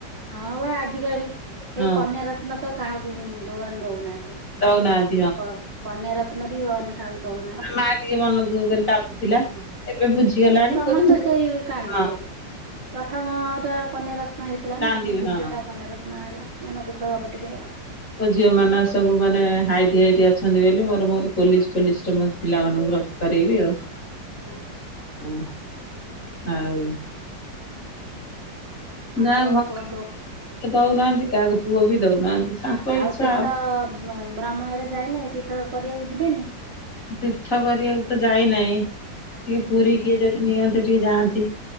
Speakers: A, on the right; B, on the left.
A: ହଁ ପା ଆଜିକାଲି ସେଇ
B: ହଁ
A: କନ୍ୟା ରତ୍ନ ତ କାହାକୁ ଭଗବାନ୍ ଦଉନାହାନ୍ତି।
B: ଦଉ ନାହାନ୍ତି।
A: କ୍ କନ୍ୟା ରତ୍ନ ବି ଭଗବାନ୍ କାହାକୁ ଦଉନାହାନ୍ତି।
B: ମା ଟିକେ ମନ ଦୁଃଖ କରି କାନ୍ଦୁଥିଲା।
A: ହୁଁ
B: ଏବେ
A: ଉଁ
B: ବୁଝିଗଲାଣି
A: ସମସ୍ତେ
B: କହୁଛି ମୁଁ
A: ସେଇ କାନ୍ଦିବେ।
B: ହଁ
A: ପ୍ରଥମ ଟା କନ୍ୟା ରତ୍ନ ହେଇଥିଲା
B: କାନ୍ଦିବି
A: ନା ଫୁଣି ଦ୍ଵିତୀୟ
B: ହଁ
A: ଟା କନ୍ୟା ରତ୍ନ ହେଲା ମନ ଦୁଃଖ ହବ ଟିକେ। <unintelligible>
B: ଯୋଉ ଝିଅ ମାନେ ସବୁ ମାନେ ହାଇଟ୍ ହାଇଟ୍। ଅଛନ୍ତି ବୋଲି ମୋର୍ ମୋର୍ ପୋଲିସ୍ ପୋଲିସ୍ ରେ ପିଲାମାନଙ୍କୁ ରଖି କରେଇବି ଆଉ।
A: ହୁଁ।
B: ଉଁ ଆଉ
A: ଆଉ
B: ଯାହଉ
A: କଣ କୁହନ୍ତୁ
B: ଭଗବାନ୍ କାହାକୁ ଝିଅ ବି ଦଉନାହାନ୍ତି କାହାକୁ ପୁଅ ବି ଦଉନାହାନ୍ତି। ତାଙ୍କ
A: ଆଉ
B: ଇଚ୍ଛା
A: ତୀର୍ଥ ଭ୍ରମଣରେ ଯାଇନି, ତୀର୍ଥ କରିବାକୁ ଯିବେନି?
B: ତୀର୍ଥ କରିବାକୁ ତ ଯାଇନାହିଁ ଟିକେ
A: ହୁଁ
B: ପୁରୀ କିଏ ଯଦି ନିଅନ୍ତେ। ଟିକେ ଯାଆନ୍ତି।